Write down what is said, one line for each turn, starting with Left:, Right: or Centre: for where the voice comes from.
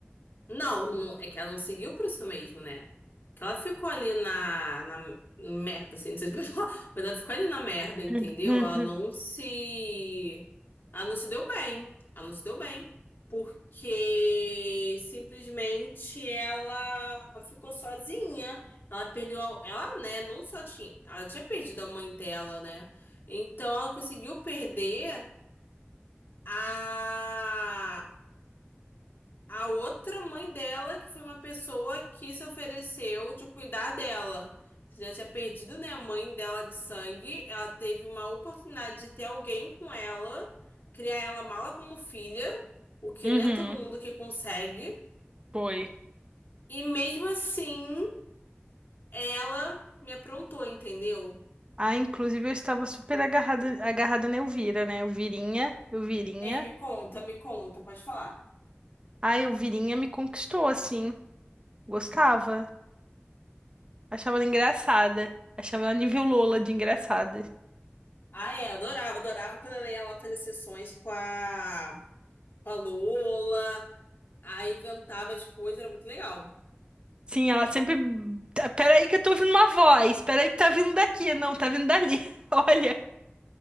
Left: Não, não- é que ela não seguiu por isso mesmo, né? Que ela ficou ali na, na merda, assim, não sei se pode <laughs> falar, mas ela ficou ali na merda, entendeu?
Right: <laughs>
Left: Ela não se. Ela não se deu bem. Ela não se deu bem. Porque simplesmente ela ficou sozinha. Ela perdeu. a- Ela, né? Não só tinha. Ela tinha perdido a mãe dela, né? Então ela conseguiu perder a a outra mãe dela, que foi uma pessoa que se ofereceu de cuidar dela. Você já tinha perdido, né, a mãe dela de sangue. Ela teve uma oportunidade de ter alguém com ela, criar ela mala como filha, o que
Right: Uhum,
Left: não é todo mundo que consegue.
Right: foi.
Left: E mesmo assim, ela me aprontou, entendeu?
Right: Ah, inclusive eu estava super agarrada, agarrada na Elvira, né? Elvirinha, Elvirinha.
Left: É, me conta, me conta, pode falar.
Right: A Elvirinha me conquistou, assim. Gostava. Achava ela engraçada. Achava ela nível Lola de engraçada.
Left: Ah, é, adorava, adorava quando ela ia lá fazer sessões com a, com a Lola, aí inventava as coisas, era muito legal.
Right: Sim, ela sempre. "Tá, Peraí que eu tô ouvindo uma voz. Peraí que tá vindo daqui. Não, tá vindo dali. <laughs> Olha,